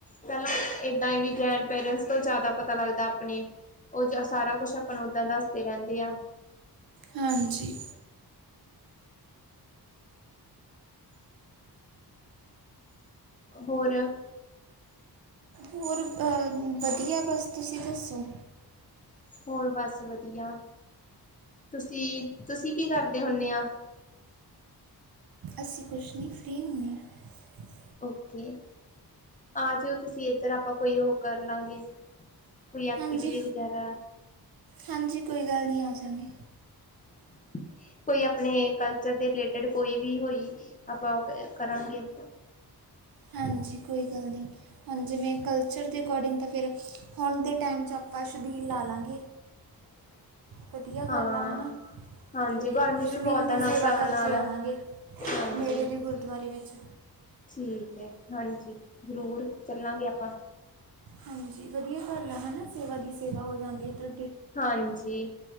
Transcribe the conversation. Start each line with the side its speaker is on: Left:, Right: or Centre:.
Left: ਪਹਿਲਾਂ ਦਾਂ ਹੀ ਵੀ ਗ੍ਰੈਂਡ ਪੇਰੈਂਟਸ ਸਭ ਤੋਂ ਜ਼ਿਆਦਾ ਪਤਾ ਲੱਗਦਾ ਆਪਣੇ ਉਹ ਸਾਰਾ ਕੁਛ ਆਪਾਂ ਨੂੰ ਦੱਸਦੀ ਰਹਿੰਦੇ ਆ
Right: ਹਾਂਜੀ
Left: ਹੋਰ
Right: ਹੋਰ ਵਧੀਆ ਬਸ ਤੁਸੀਂ ਦੱਸੋ
Left: ਹੋਰ ਬਸ ਵਧੀਆ ਤੁਸੀਂ ਤੁਸੀਂ ਕੀ ਕਰਦੇ ਹੁੰਦੇ ਆ
Right: ਅਸੀਂ ਕੁਛ ਨਹੀਂ ਫ੍ਰੀ ਹੁੰਦੇ ਹਾਂ
Left: ਓਕੇ ਆ ਜਾਇਓ ਤੁਸੀਂ ਏਧਰ ਆਪਾਂ ਕੋਈ ਉਹ ਕਰ ਲਾਂਗੇ ਕੋਈ ਐਕਟੀਵਿਟੀ
Right: ਹਾਂਜੀ
Left: ਵਗੈਰਾ
Right: ਹਾਂਜੀ ਕੋਈ ਗੱਲ ਨਹੀਂ ਆ ਜਾਂਗੇ
Left: <unintelligible> <inaudible> ਕੋਈ ਆਪਣੇ ਕਲਚਰ ਦੇ ਰਿਲੇਟਿਡ ਕੋਈ ਵੀ ਹੋਈ ਆਪਾਂ ਕਰਾਂਗੇ
Right: ਹਾਂਜੀ ਕੋਈ ਗੱਲ ਨਹੀਂ ਹਾਂ ਜਿਵੇਂ ਕਲਚਰ ਦੇ ਅਕੋਡਿੰਗ ਤਾਂ ਫਿਰ ਹੁਣ ਦੇ ਟਾਈਮ 'ਚ ਆਪਾਂ ਚਬੀਲ ਲਾ ਲਾਂਗੇ
Left: <inaudible>
Right: ਵਧੀਆ
Left: ਹਾਂ
Right: ਗੱਲ ਆ ਹੈ ਨਾ
Left: ਹਾਂਜੀ
Right: ਅਤੇ
Left: ਗਰਮੀ ਵੀ
Right: ਸ਼ਬੀਲ
Left: ਬਹੁਤ
Right: ਦੀ
Left: ਆ ਨਾ
Right: ਸੇਵਾ
Left: ਹਿਸਾਬ
Right: ਕਰਕੇ
Left: ਨਾਲ
Right: ਆਵਾਂਗੇ
Left: ਹਾਂਜੀ
Right: ਨੇੜੇ ਦੇ ਗੁਰਦੁਆਰੇ ਵਿੱਚ
Left: ਠੀਕ ਹੈ ਹਾਂਜੀ ਜ਼ਰੂਰ ਚੱਲਾਂਗੇ ਆਪਾਂ
Right: ਹਾਂਜੀ ਵਧੀਆ ਗੱਲ ਹੈ ਹੈ ਨਾ ਸੇਵਾ ਦੀ ਸੇਵਾ ਹੋ ਜਾਂਦੀ ਹੈ ਇੱਧਰ
Left: ਹਾਂਜੀ